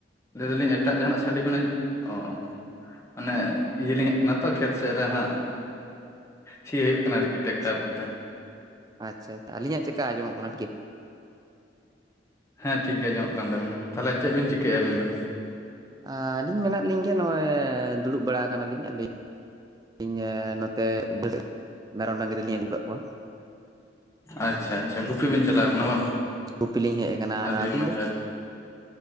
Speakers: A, on the left; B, on the right.
A: ᱞᱟᱹᱭ ᱫᱟᱹᱞᱤᱧ ᱮᱴᱟᱜ ᱡᱟᱦᱟᱱᱟᱜ ᱥᱟᱴᱤ ᱵᱮᱱ ᱟᱡᱚᱢᱚᱜ ᱚ ᱚ᱾ ᱢᱟᱱᱮ ᱤᱭᱟᱹ ᱞᱤᱧ ᱦᱮᱡ ᱠᱟᱱᱟ ᱛᱚ ᱠᱷᱮᱛ ᱥᱮᱫ ᱨᱮ ᱦᱟᱸᱜ᱾ ᱥᱤ ᱦᱩᱭᱩᱜ ᱠᱟᱱᱟ ᱟᱨᱠᱤ ᱴᱮᱠᱴᱟᱨ
B: ᱟᱪᱪᱷᱟ
A: ᱠᱚ ᱛᱮ᱾
B: ᱟᱪᱪᱷᱟ ᱟᱹᱞᱤᱧᱟᱜ ᱪᱮᱜ ᱠᱟ ᱟᱸᱡᱚᱢᱚᱜ ᱠᱟᱱᱟ ᱟᱨᱠᱤ᱾
A: ᱦᱮᱸ ᱴᱷᱤᱠ ᱜᱮ ᱟᱡᱚᱢᱚᱜ ᱠᱟᱱ ᱛᱟᱵᱮᱱᱟ ᱛᱟᱦᱞᱮ ᱪᱮᱫ ᱵᱤᱱ ᱪᱤᱠᱟᱹᱭᱭᱟ ᱟᱵᱮᱱ ᱫᱚ᱾
B: ᱟ ᱞᱤᱧ ᱢᱮᱱᱟᱜ ᱞᱤᱧ ᱜᱮᱭᱟ ᱞᱤᱧ ᱱᱚᱜᱼᱚᱭ ᱫᱩᱲᱩᱵ ᱵᱟᱲᱟ ᱠᱟᱱᱟ ᱞᱤᱧ <unintelligible> ᱤᱧᱟᱹ ᱱᱚᱛᱮ ᱵᱟᱹᱧ ᱥᱮᱜ ᱢᱮᱨᱚᱢ ᱰᱟᱝᱨᱤ ᱞᱤᱧ ᱟᱹᱜᱩ ᱠᱟᱜ ᱠᱚᱣᱟ᱾
A: ᱟᱪᱪᱷᱟ ᱟᱪᱪᱷᱟ ᱜᱩᱯᱤ ᱵᱤᱱ ᱪᱟᱞᱟᱣ ᱠᱟᱱᱟ ᱵᱟᱝ
B: ᱜᱩᱯᱤ ᱞᱤᱧ ᱦᱮᱡ ᱟᱠᱟᱱᱟ ᱟᱨ
A: ᱟᱰᱤ
B: ᱟᱹᱵᱤᱱ
A: ᱢᱚᱸᱡᱽ
B: ᱫᱚ
A: ᱦᱮᱸ